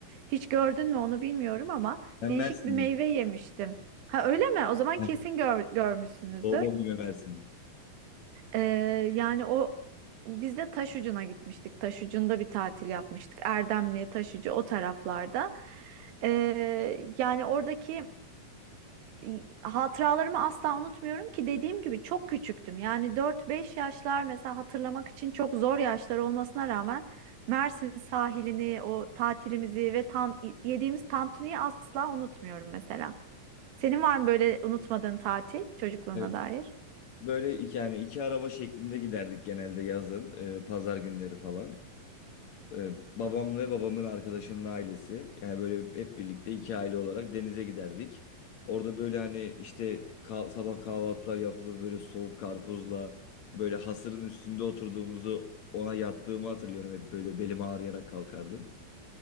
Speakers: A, on the right; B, on the left.
A: Hiç gördün mü onu bilmiyorum ama
B: Ben
A: değişik
B: Mersinliyim.
A: bir meyve yemiştim. Ha öyle mi? O zaman
B: Heh,
A: kesin gör- görmüşsünüzdür.
B: Doğma büyüme Mersinliyim.
A: Ee, yani o biz de Taşucu'na gitmiştik. Taşucu'nda bir tatil yapmıştık. Erdemli, Taşucu o taraflarda. Ee, yani oradaki y- hatıralarımı asla unutmuyorum ki dediğim gibi çok küçüktüm. Yani dört beş yaşlar mesela hatırlamak için çok zor yaşlar olmasına rağmen Mersin sahilini, o tatilimizi ve tan yediğimiz tantuniyi asla unutmuyorum mesela. Senin var mı böyle unutmadığın tatil çocukluğuna
B: Evet,
A: dair?
B: Böyle iki, yani iki araba şeklinde giderdik genelde yazın, e, pazar günleri falan. Ee, babam ve babamın arkadaşının ailesi. Yani böyle hep birlikte iki aile olarak denize giderdik. Orada böyle hani işte kah- sabah kahvaltılar yapılır böyle soğuk karpuzla böyle hasırın üstünde oturduğumuzu ona yattığımı hatırlıyorum. Hep böyle belim ağrıyarak kalkardım.